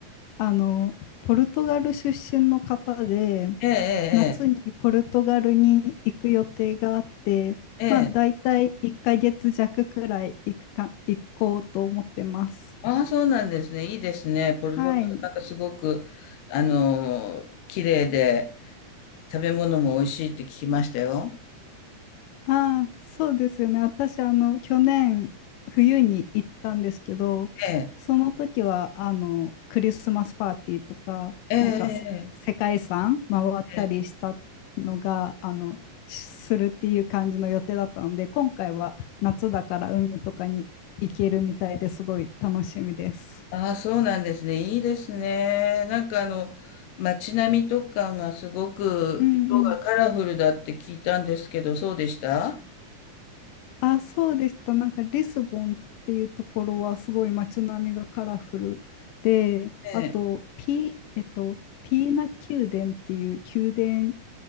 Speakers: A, on the left; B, on the left.
A: あのポルトガル出身の方で
B: ええ、
A: 夏にポルトガルに行く予定があって、
B: ええ、
A: まあ大体1ヶ月弱くらい行くか、
B: ええ。
A: 行こうと思ってます。
B: ああ、そうなんですね。いいですね。ポルトガルなんかすごく、
A: はい。
B: あの綺麗で、食べ物も美味しいって聞きましたよ。
A: ああ、そうですよね。私、あの、去年、冬に行ったんですけど、
B: ええ、
A: その時は、あの、クリスマスパーティーとか、
B: ええ、
A: なんかせ、世界遺産回ったりしたのが、
B: ええ、ええ
A: あの、しするっていう感じの予定だったので、今回は夏だから海とかに行けるみたいですごい楽しみです。
B: ああ、そうなんですね。いいですね。なんかあの、街並みとかがすごく色がカラフルだって聞いたんですけど、
A: うんうん。
B: そうでした
A: あ、そうでした。なんかリスボンっていうところはすごい街並みがカラフルで、あとピ、
B: ええ、
A: えっと、ピーナ宮殿っていう宮殿、